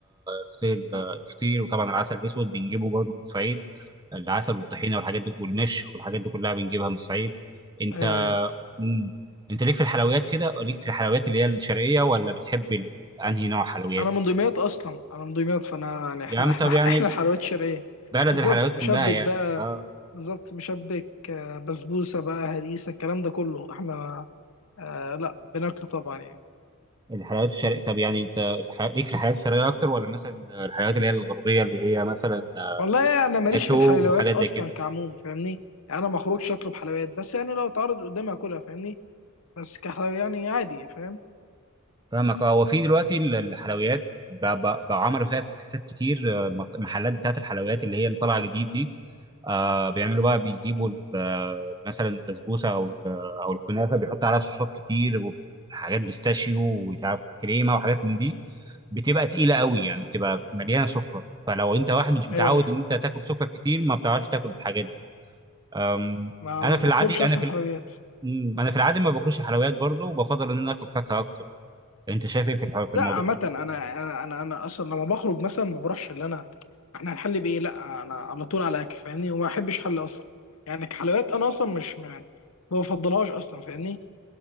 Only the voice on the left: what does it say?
ايوه ايوه
انا من دمياط اصلا انا من دمياط فانا يعني احنا
احنا
احنا
الحلويات الشرقيه
بالظبط
مشبك
بقى
بالظبط مشبك آه، بسبوسه بقى هريسه الكلام ده كله احنا آه لا بناكله طبعا يعني
والله يعني انا ماليش
في الحلويات
اصلا
كعموم فاهمني يعني انا ما اخرجش اطلب حلويات بس يعني لو اتعرض قدامي اكلها فاهمني بس كحلويات يعني عادي فاهم
ايوه ايوه
ما
ما بطلبش
اصلا
حلويات
لا
عامة انا انا انا انا اصلا لما بخرج مثلا ما بروحش اللي انا احنا هنحل بايه لا انا على طول على اكل فاهمني وما احبش حل اصلا يعني كحلويات انا اصلا مش يعني ما بفضلهاش اصلا فاهمني